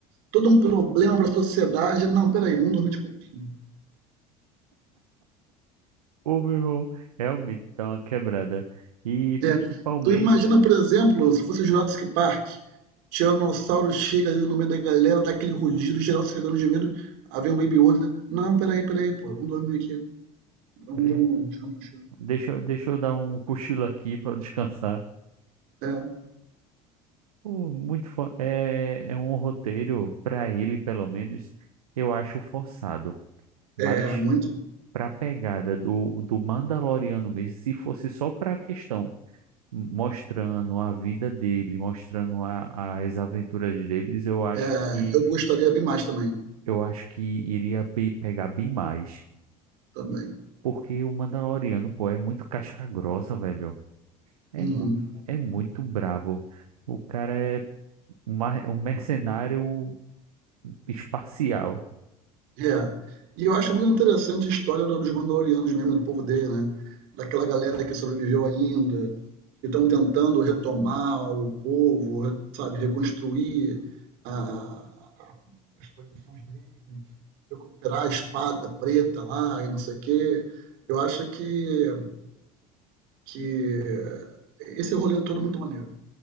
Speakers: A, on the right; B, on the right.
A: todo um problema pra sociedade. Não, peraí, vamos dormir de conchinha
B: Ô, meu irmão, realmente tá uma quebrada. E principalmente.
A: É. Tu imagina, por exemplo, se fosse Jurassic Park, Tiranossauro chega ali no meio da galera, dá aquele rugido, geral se cagando de medo, aí vem um Baby Yoda. Não, peraí, peraí, pô, vamos dormir aqui. Vamos,
B: peraí,
A: vamos, tirar um cochilo.
B: Deixa, eu- deixa eu dar um cochilo aqui pra descansar.
A: É,
B: Pô, muito fo- É, é um roteiro, para ele pelo menos, eu acho forçado. Mas
A: é, muito.
B: para a pegada do, do Mandaloriano mesmo, se fosse só para a questão mostrando a vida dele, mostrando a- as aventuras deles, eu acho
A: É,
B: que
A: eu gostaria bem mais também.
B: eu acho que iria be- pegar bem mais.
A: Também.
B: Porque o Mandaloriano, pô, é muito casca grossa, velho. É
A: Uhum.
B: muito, é muito brabo. O cara é uma- um mercenário espacial.
A: É. E eu acho muito interessante a história do- dos Mandalorianos mesmo, do povo dele, né? Daquela galera que sobreviveu ainda, que estão tentando retomar o povo, sabe, reconstruir a, as posições deles, recuperar a espada preta lá e não sei o quê. Eu acho que, que esse rolê é todo é muito maneiro.